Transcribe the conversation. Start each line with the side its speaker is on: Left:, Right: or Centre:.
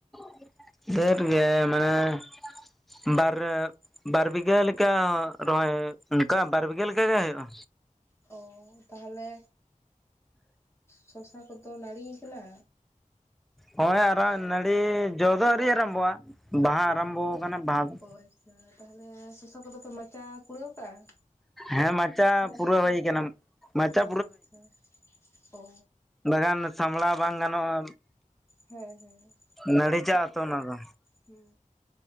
Centre: <inaudible> ᱰᱷᱮᱨ ᱜᱮ ᱢᱟᱱᱮ, <inaudible> ᱵᱟᱨ ᱵᱟᱨ ᱵᱤᱜᱷᱟᱹ ᱞᱮᱠᱟ ᱨᱚᱦᱚᱭ ᱚᱱᱠᱟ ᱵᱟᱨ ᱵᱤᱜᱷᱟᱹ ᱞᱮᱠᱟ ᱜᱮ ᱦᱩᱭᱩᱜᱼᱟ᱾
Left: ᱚ ᱛᱟᱦᱚᱞᱮ ᱥᱚᱥᱟ ᱠᱚᱫᱚ ᱱᱟᱹᱲᱤ ᱭᱟᱠᱟᱱᱟ᱾
Centre: ᱦᱚᱸᱭᱟ ᱟᱨᱟᱢ ᱱᱟᱹᱲᱤ ᱡᱚ ᱫᱚ ᱟᱹᱣᱨᱤ ᱟᱨᱟᱢᱵᱷᱚᱜᱼᱟ᱾ ᱵᱟᱦᱟ ᱟᱨᱟᱢᱵᱚ ᱟᱠᱟᱱᱟ ᱵᱟᱦᱟ ᱫᱚ
Left: ᱚ ᱟᱪᱪᱷᱟ ᱛᱟᱦᱚᱞᱮ ᱥᱚᱥᱟ ᱠᱚᱫᱚ ᱯᱮ ᱢᱟᱪᱟᱼᱼ ᱠᱩᱲᱟᱹᱣ ᱠᱟᱜᱼᱟ
Centre: ᱦᱮᱸ ᱢᱟᱪᱟ
Left: ᱥᱮ
Centre: ᱯᱩᱨᱟᱹᱣ ᱦᱩᱭ ᱠᱟᱱᱟ ᱢᱟᱪᱟ
Left: ᱚ ᱟᱪᱷᱟ ᱚᱻ
Centre: ᱵᱟᱜᱟᱱ ᱥᱟᱢᱲᱟᱟᱣ ᱵᱟᱝ ᱜᱟᱱᱚᱜᱼᱟ᱾
Left: ᱦᱮᱸ ᱦᱮᱸ
Centre: ᱱᱚᱲ ᱪ ᱦᱟᱛᱟᱣ ᱚᱱᱟ ᱫᱚ
Left: ᱦᱮᱸ